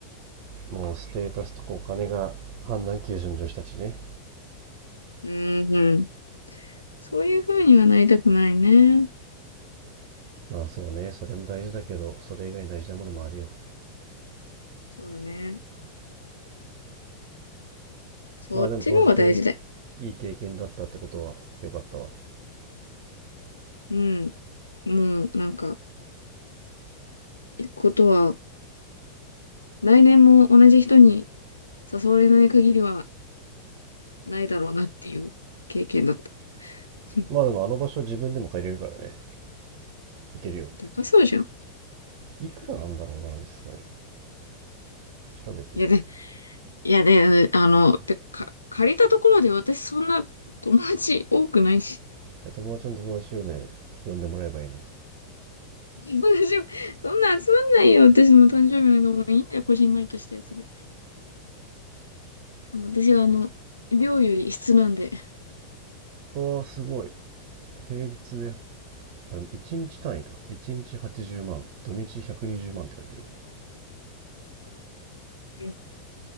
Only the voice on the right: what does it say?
もうステータスとかお金が判断基準の女子たちね
まあそうねそれも大事だけどそれ以外に大事なものもあるよ
まあでも総じていい経験だったってことは良かったわ
まあでもあの場所は自分でも借りれるからね行けるよ
いくらなんだろうな実際調べてみよ
う
うん友達の友達をね呼んでもらえばいいな
ああすごい平日であ1日単位か1日80万土日120万って書いてるわ